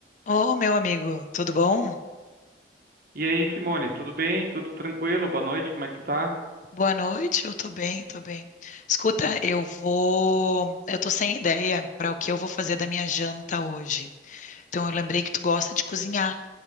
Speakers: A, on the left (about 40°); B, on the right (about 50°).
A: Ô, meu amigo, tudo bom?
B: E aí, Simone, tudo bem? Tudo tranquilo? Boa noite, como é que tu tá?
A: Boa noite, eu tô bem, tô bem. Escuta, eu vou. Eu tô sem ideia para o que eu vou fazer da minha janta hoje. Então, eu lembrei que tu gosta de cozinhar.